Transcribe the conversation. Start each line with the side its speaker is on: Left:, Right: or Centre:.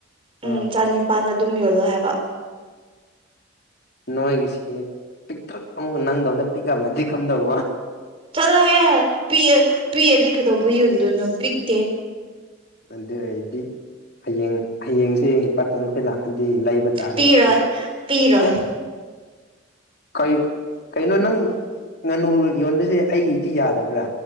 Right: ꯎꯝ
Left: ꯑꯥ
Right: ꯆꯅꯤꯄꯥꯥꯟꯗ ꯑꯗꯨꯝ ꯌꯣꯜꯂꯣ ꯍꯥꯏꯕ
Left: ꯅꯣꯏꯒꯤꯁꯤ ꯄꯤꯇꯔꯨꯛ ꯑꯃꯨꯛ ꯅꯪꯗꯧꯅ ꯄꯤꯛꯑꯝꯃꯗꯤ ꯀꯝꯗꯧꯕ
Right: ꯆꯠꯂꯣꯍꯦ ꯄꯤꯑ-ꯄꯤꯛꯑꯗꯤ ꯀꯩꯗꯧꯕꯩ ꯌꯣꯟꯗꯣꯏꯅꯣ ꯄꯤꯛꯇꯦ
Left: ꯑꯗꯨ ꯑꯣꯏꯔꯗꯤ ꯍꯌꯦꯡ-ꯍꯌꯦꯡꯁꯦ ꯏꯄꯥꯇꯣꯟꯈꯣꯏ ꯂꯥꯛꯑꯗꯤ ꯂꯩ ꯕꯇꯥꯔꯦ
Right: ꯄꯤꯔꯣꯏ
Left: ꯑꯗꯨꯗꯤ
Right: ꯄꯤꯔꯣꯏ
Left: ꯑꯦ ꯀꯩ ꯀꯩꯅꯣ ꯅꯪ ꯉꯥꯅꯨ ꯌꯣꯟꯕꯁꯦ ꯑꯩꯒꯤꯗꯤ ꯌꯥꯗꯕ꯭ꯔꯥ